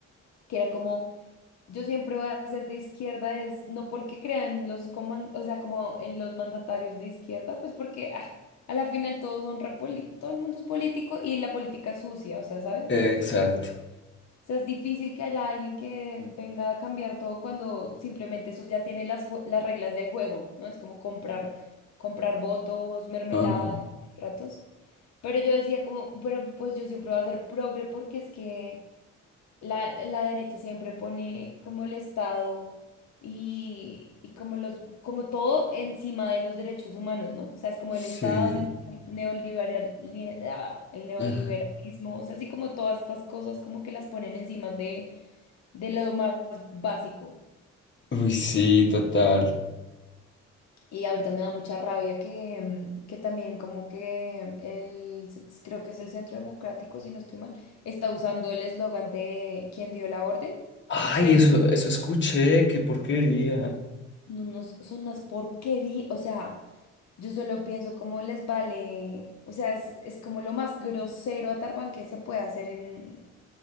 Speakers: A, on the left; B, on the left.
A: que era como. Yo siempre voy a ser de izquierda, es no porque crean los coman- o sea, como en los mandatarios de izquierda, pues porque ah, a la final todos son repoli- todo el mundo es político y la política es sucia, o sea, ¿sabes?
B: exacto.
A: Como que, o sea, es difícil que haya alguien que venga a cambiar todo cuando simplemente eso ya tiene las, ju- las reglas del juego, ¿no? Es como comprar, comprar votos, mermelada,
B: Ajá.
A: contratos. Pero yo decía como, pero pues yo siempre voy a ser progre porque es que la, la derecha siempre pone como el Estado y, y como los, como todo encima de los derechos humanos, ¿no? O sea, es como
B: Sí.
A: el Estado, el neoliberal, ni- ah, el neoliberalismo,
B: Ajá.
A: o sea, así como todas estas cosas como que las ponen encima de, de lo más básico.
B: Uy, sí, total.
A: Y ahorita me da mucha rabia que, mm, que también como que el, creo que es el Centro Democrático, si no estoy mal, está usando el eslogan de quien dio la orden,
B: Ay,
A: pero
B: eso, eso escuché, qué porquería.
A: no, no, son unas porquerías, o sea, yo solo pienso cómo les vale, o sea, es, es como lo más grosero a Tarban que se puede hacer en,